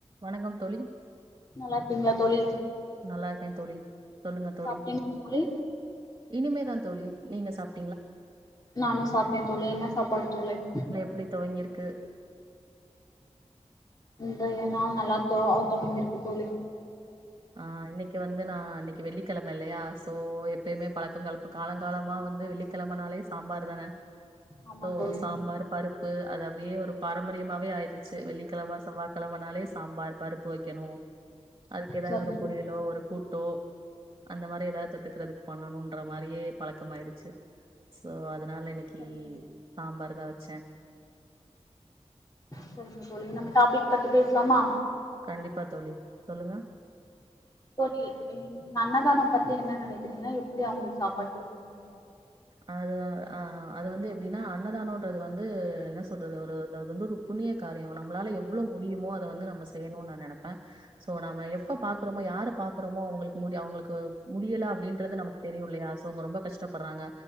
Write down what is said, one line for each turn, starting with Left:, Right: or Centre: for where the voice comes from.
Right: வணங்கம் தொழி
Left: நல்லா ருக்கீங்களா தோழி
Right: நல்லாருக்கேன் தோழி சொல்லுங்க தோழி
Left: சாப்ட்டீங்க தோழி
Right: இனிமேதான் தோழி நீங்க சாப்
Left: நானு சாப்ட்டே தொழி என்ன சாப்பாடு தொழன்
Right: அப்டி துவங்கிருக்கு
Left: இந்த ஏந்நாள் நல்லா தொ தொவங்கியிருக்கு தொழி
Right: ஆ இன்னக் கீ வந்து நா இன்னைக்கு வெள்ளி கெழம இல்லையா எப்பயுமே பழக்கங்கள் இப்ப காலங்காலமா வந்து வெள்ளிக்கெழமனாலே சாம்பார் தான
Left: ஆமா
Right: சோ
Left: தோழி
Right: சாம்பார் பருப் பு அது அப்டியே ஒரு பாரம்பரியமாவே ஆயிருச்சு வெள்ளிக்கெழம செவ்வா கெழனாலே சாம்பார் பருப் பு வக்கெணு ஏதாவ்து
Left: சரிங்க
Right: ஒரு பொரியலோ ஒரு கூட்டோ அந்த மாதிரி ஏதாவ்து தொட்டுக்கிறதுக்கு பண்ணணும்ன்ற மாத்ரியே பழக்கமாயடுச்சு சோ அத்னால இன்னக்கீ
Left: சரிங்க தோழி
Right: சாம்பார் தா வச்சே
Left: சொல்லுங்க தோழி நம்ம டாபிக் பத்தி பேசலாமா
Right: கண்டிப்பா தோழி சொல்லுங்க
Left: தோழி அன்னதானம் பத்தி என்ன நெனக்கிறீங்க எப்டி அவுங்களுக்கு சாப்பாடு குடுக்கணும்னு நெனக்
Right: அது ஆ அது வந்து எப்டின்னா அன்னதானம்ன்றது வந்து என்ன சொல்றது ஒரு தந்துரு புண்ணிய காரியோ நம்மளால எவ்வளவு முடியுமோ அத வந்து நம்ம செய்யணும்னு நா நெனைப்பே சோ நம்ம எவ் எப்ப பாக்றமோ
Left: சரிங்க தோழி
Right: யார பாக் குறோமோ அவுங்களுக்கு மு அவங்களுக்கு முடியல அப்டின்றது நமக்கு தெரியு இல்லையா சோ அவுங்க ரொம்ப கஷ்டப்பட்றாங்க